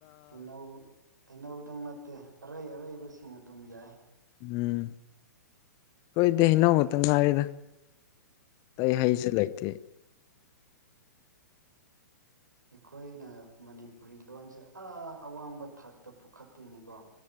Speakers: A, on the right; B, on the left.
A: ꯍꯩꯅꯧ ꯍꯩꯅꯧꯗꯪ ꯅꯠꯇꯦ ꯑꯔꯩ ꯑꯔꯩꯕꯁꯤꯡ ꯑꯗꯨꯝ ꯌꯥꯏ
B: ꯎꯝ ꯍꯣꯏꯗꯦ ꯏꯅꯥꯎ ꯈꯛꯇꯪ ꯉꯥꯏꯔꯤꯗ
A: ꯎꯝ
B: ꯑꯩ ꯍꯩꯁꯦ ꯂꯩꯇꯦ
A: ꯑꯩꯈꯣꯏꯅ ꯃꯅꯤꯄꯨꯔꯤ ꯂꯣꯟꯁꯦ ꯑ ꯑꯋꯥꯡꯕ ꯊꯥꯛꯇ ꯄꯨꯈꯠꯇꯣꯏꯅꯤꯀꯣ